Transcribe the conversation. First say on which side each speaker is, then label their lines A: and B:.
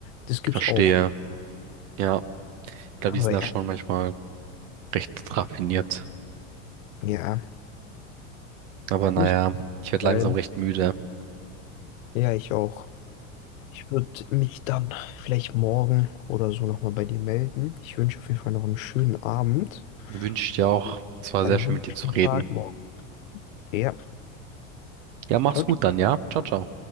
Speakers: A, on the left; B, on the right.
A: Das gibt's
B: Verstehe.
A: auch.
B: Ja. Ich glaube,
A: Aber
B: die sind da
A: ja,
B: schon manchmal recht raffiniert.
A: ja,
B: Aber naja,
A: muss
B: ich werde
A: sein.
B: langsam recht müde.
A: Ja, ich auch. Ich würde mich dann vielleicht morgen oder so nochmal bei dir melden. Ich wünsche auf jeden Fall noch einen schönen Abend.
B: Mir wünscht ja
A: Und
B: auch, es war
A: Einen
B: sehr schön
A: wunderschönen
B: mit dir zu reden.
A: Tag morgen. Ja,
B: Ja, mach's
A: ciao.
B: gut dann, ja? Ciao, ciao.